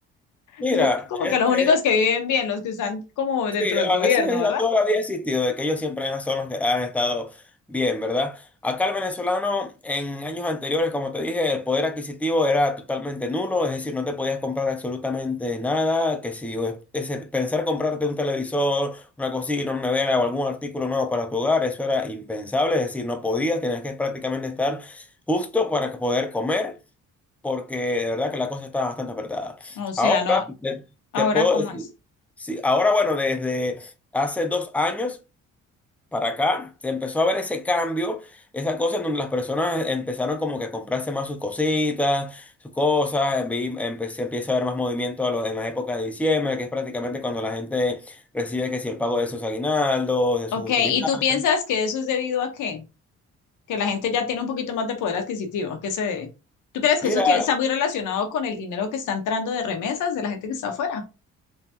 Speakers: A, in the centre; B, on the left.
A: mira,
B: El Como
A: este,
B: que los únicos que viven bien, los que están como
A: Sí,
B: dentro del
A: a-
B: gobierno,
A: ese
B: ¿verdad?
A: a toda la vida ha existido, de que ellos siempre son los que han estado bien, ¿verdad? Acá el venezolano en años anteriores, como te dije, el poder adquisitivo era totalmente nulo, es decir, no te podías comprar absolutamente nada, que si eh, ese- pensar comprarte un televisor, una cocina, una nevera o algún artículo nuevo para tu hogar, eso era impensable, es decir, no podías, tenías que prácticamente estar justo para poder comer porque de verdad que la cosa está bastante apretada.
B: O sea,
A: Ahora,
B: no,
A: te,
B: ahora
A: te puedo
B: cómo
A: decir,
B: es.
A: sí, ahora bueno, desde hace dos años para acá, se empezó a ver ese cambio, esa cosa en donde las personas empezaron como que a comprarse más sus cositas, sus cosas, vi- empe- se empieza a ver más movimiento a lo- en la época de diciembre, que es prácticamente cuando la gente recibe que si el pago de sus aguinaldos, de
B: Ok,
A: sus utilidades.
B: ¿y tú piensas que eso es debido a qué? Que la gente ya tiene un poquito más de poder adquisitivo, ¿a qué se debe? ¿Tú crees que
A: Mira,
B: eso tie- está muy relacionado con el dinero que está entrando de remesas de la gente que está afuera?